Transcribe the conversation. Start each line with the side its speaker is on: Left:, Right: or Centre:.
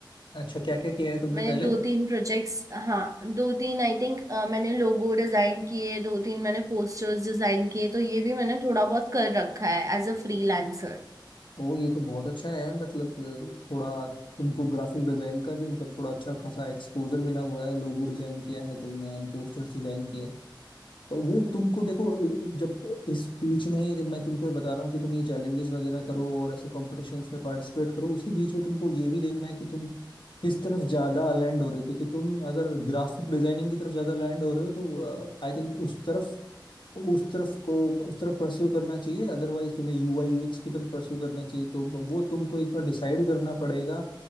Left: अच्छा क्या क्या किया है तुमने
Right: मैंने
Left: पहले
Right: दो तीन प्रोजेक्ट्स हाँ दो तीन आई थिंक मैंने लोगो डिजाइन किए दो तीन मैंने पोस्टर्स डिजाइन किए तो ये भी मैंने थोड़ा बहुत कर रखा है एज अ फ्रीलांसर
Left: ओ ये तो बहुत अच्छा है यार मतलब अ, थोड़ा तुमको ग्राफिक डिजाइन का भी मतलब थोड़ा अच्छा खासा एक्सपोजर मिला हुआ है लोगो डिजाइन किया है तुमने एंड पोस्टर्स डिजाइन किया है तो वो तुमको देखो इ- इ- जब इस बीच में ही जब मैं तुमको बता रहा हूँ कि तुम ये चैलेंजेस वगैरह करो और ऐसे कॉम्पिटिशन्स में पार्टिसिपेट करो उसी बीच में तुमको ये भी देखना है कि तुम किस तरफ ज्यादा लैंड हो रहे हो क्योंकि तुम अगर ग्राफिक डिजाइनिंग की तरफ ज्यादा लैंड हो रहे हो तो आई थिंक उस तरफ उस तरफ को उस तरफ परस्यू करना चाहिए अदरवाइज तुम्हें यूआई यूएक्स की तरफ परस्यू करना चाहिए तो ब- वो तुमको एक बार डिसाइड करना पड़ेगा